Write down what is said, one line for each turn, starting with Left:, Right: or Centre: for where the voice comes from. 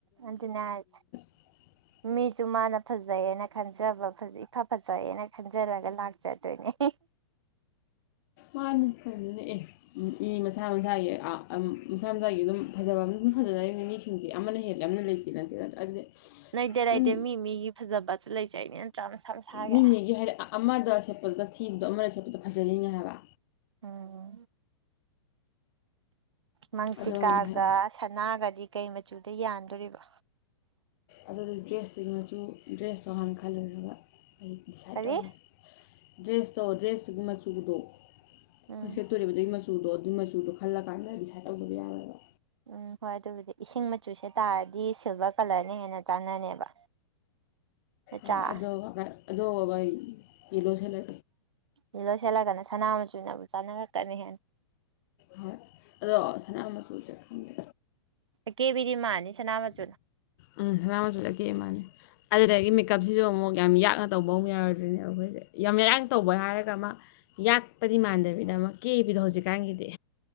Right: ꯑꯗꯨꯅꯦ ꯍꯥꯏꯁꯦ
Left: <inaudible>
Right: ꯃꯤꯁꯨ ꯃꯥꯅ ꯐꯖꯩꯌꯦꯅ ꯈꯟꯖꯕ ꯐꯖꯩ ꯏꯐ ꯐꯖꯩꯑꯦꯅ ꯈꯟꯖꯔꯒ ꯂꯥꯛꯆꯗꯣꯏꯅꯦ
Left: ꯃꯥꯅꯤ ꯀꯩꯅꯣꯅꯦ ꯑꯦ ꯎꯝ ꯏ ꯃꯁꯥ ꯃꯁꯥꯒꯤ ꯑ ꯑꯝ ꯃꯁꯥ ꯃꯁꯥꯒꯤ ꯑꯗꯨꯝ ꯐꯖꯕ ꯑꯝ ꯑꯗꯨꯝ ꯐꯖꯅꯔꯤꯅꯤ ꯃꯤꯁꯤꯡꯁꯦ ꯑꯃꯅ ꯍꯦꯜꯂꯦ ꯑꯃꯅ ꯂꯩ ꯇꯤꯅ ꯇꯤꯅ ꯑꯗꯨꯗꯤ
Right: ꯂꯩꯇꯦ ꯂꯩꯇꯦ
Left: ꯑꯗꯨꯝ
Right: ꯃꯤ ꯃꯤꯒꯤ ꯐꯖꯕꯁꯨ ꯂꯩꯖꯩꯅꯦ ꯅꯠꯇ꯭ꯔꯥ ꯃꯁꯥꯒꯤ
Left: ꯃꯤ ꯃꯤꯒꯤ ꯍꯥꯏꯗꯤ ꯑ ꯑꯃꯗ ꯁꯦꯠꯄꯗꯨꯗ ꯊꯤꯕꯗꯣ ꯑꯃꯗ ꯁꯦꯠꯄꯗ ꯐꯖꯜꯂꯤꯅꯦ ꯍꯥꯏꯕ
Right: ꯎꯝ ꯃꯪꯇꯤꯀꯥꯒ
Left: ꯑꯗꯣ ꯍꯥꯏ
Right: ꯁꯅꯥꯒꯗꯤ ꯀꯩ ꯃꯆꯨꯗ ꯌꯥꯟꯗꯣꯔꯤꯕ
Left: ꯑꯗꯨꯗꯨ ꯗ꯭ꯔꯦꯁꯇꯨꯒꯤ ꯃꯆꯨ ꯗ꯭ꯔꯦꯁꯇꯣ ꯍꯥꯟꯅ ꯈꯜꯂꯨꯔꯒ ꯑꯩ ꯗꯤꯁꯥꯏꯠ
Right: ꯀꯔꯤ
Left: ꯇꯧꯔ ꯗ꯭ꯔꯦꯁ ꯇꯣ ꯗ꯭ꯔꯦꯁꯇꯨꯒꯤ ꯃꯆꯨꯗꯣ
Right: ꯎꯝ
Left: ꯈꯣꯏ ꯁꯦꯠꯇꯣꯔꯤꯕꯗꯨꯒꯤ ꯃ ꯆꯨꯗꯣ ꯑꯗꯨ ꯃꯆꯨꯗꯣ ꯈꯜꯂ ꯀꯥꯟꯗ ꯗꯤꯁꯥꯏꯠ ꯇꯧꯗꯕ ꯌꯥꯔꯣꯏꯕ
Right: ꯎꯝ ꯍꯣꯏ ꯑꯗꯨꯕꯨꯗꯤ ꯏꯁꯤꯡ ꯃꯆꯨꯁꯦ ꯇꯥꯔꯗꯤ ꯁꯤꯜꯚꯔ ꯀꯂꯔꯅ ꯍꯦꯟꯅ ꯆꯥꯟꯅꯅꯦꯕ ꯅꯠꯇ꯭ꯔꯥ
Left: ꯑ ꯑꯗꯣ ꯕꯔꯥꯏꯠ ꯑꯗꯣ ꯕꯩ ꯌꯦꯜꯂꯣ ꯁꯦꯠꯂ
Right: ꯌꯦꯜꯂꯣ ꯁꯦꯠꯂꯒꯅ ꯁꯅꯥ ꯃꯆꯨꯅꯕꯨ ꯆꯥꯅꯔꯛꯀꯅꯤ ꯍꯦꯟꯅ
Left: ꯍꯣꯏ ꯑꯗꯣ ꯁꯅꯥ ꯃꯆꯨꯖꯦ ꯈꯪꯗꯦ
Right: ꯑꯀꯦꯕꯤꯗꯤ ꯃꯥꯟꯅꯤ ꯁꯅꯥ ꯃꯆꯨꯅ
Left: ꯎꯝ ꯁꯅꯥ ꯃꯆꯨꯖꯦ ꯑꯀꯦ ꯃꯥꯥꯟꯅꯤ ꯑꯗꯨꯗꯒꯤ ꯃꯦꯀꯞꯁꯤꯁꯨ ꯑꯃꯨꯛ ꯌꯥꯝ ꯌꯥꯛꯅ ꯇꯧꯕ ꯑꯃꯨꯛ ꯌꯥꯔꯗ꯭ꯔꯤꯅꯦꯕ ꯑꯈꯣꯏꯁꯦ ꯌꯥꯝ ꯏꯔꯥꯡ ꯇꯧꯕ ꯍꯥꯏꯔꯒ ꯑꯃ ꯌꯥꯛꯄꯗꯤ ꯃꯥꯟꯗꯕꯤꯗ ꯑꯃ ꯀꯦꯕꯤꯗꯣ ꯍꯧꯖꯤꯛꯀꯥꯟꯒꯤꯗꯤ